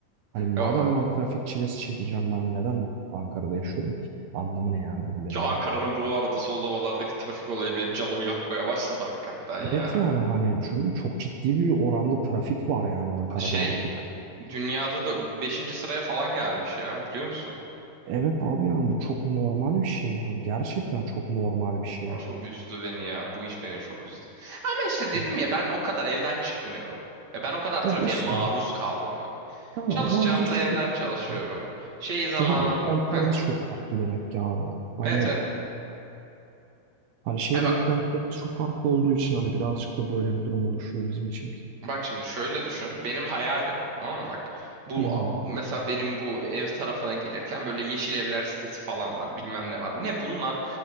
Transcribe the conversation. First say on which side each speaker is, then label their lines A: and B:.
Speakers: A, on the right; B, on the right.
A: Hani madem
B: Ya,
A: ben trafik çilesi çekeceğim ben neden Ankara'da yaşıyorum ki? Anlamı ne yani bunun benim
B: ki Ankara'nın
A: adıma?
B: bu arada son zamanlardaki trafik olayı benim canımı yakmaya başladı hakikaten
A: Evet
B: ya.
A: yani hani çünkü çok ciddi bir oranda trafik var yani Ankara'da
B: Şey
A: artık.
B: dünyada da beşinci sıraya falan gelmiş ya biliyor musun?
A: Evet abi yani bu çok normal bir şey. Hani gerçekten çok normal bir şey.
B: Aa, çok üzdü beni ya. Bu iş beni çok üzdü. Ama işte dedim
A: Hani
B: ya ben o kadar evden çıkmıyorum. Ve ben o kadar
A: ya
B: trafiğe
A: işte
B: maruz kalmıyorum.
A: yani
B: Çalışacağımda
A: o zaman bizim şehir,
B: evden çalışıyorum.
A: işte
B: Şey
A: şehir
B: zamanım...
A: beklentilerimiz
B: Heh,
A: çok farklı demek ki abi. Hani
B: evet evet.
A: hani şehir
B: He bak
A: beklentilerimiz çok farklı olduğu için hani birazcık da böyle bir durum oluşuyor bizim için.
B: bak şimdi şöyle düşün. Benim hayalim tamam mı bak. Bu
A: Hı hı.
B: mesela benim bu ev tarafına gelirken böyle yeşil evler sitesi falan var. Bilmem ne var. Ne bunlar?